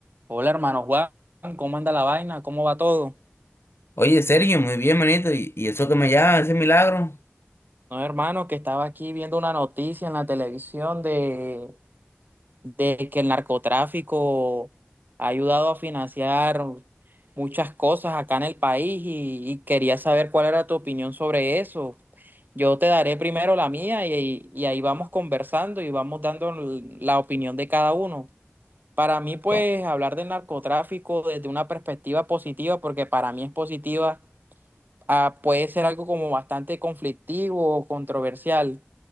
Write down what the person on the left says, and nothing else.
Oye, Sergio, muy bien, manito. ¿Y, y eso que me llama, ese milagro?
No,